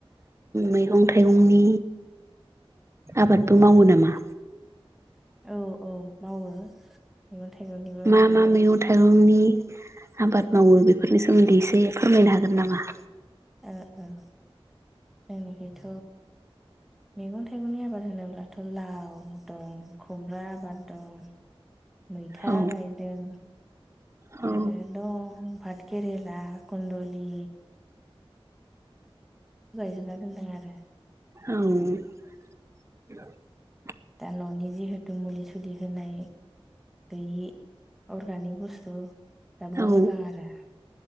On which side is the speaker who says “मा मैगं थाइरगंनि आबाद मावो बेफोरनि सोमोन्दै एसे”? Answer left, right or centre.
Right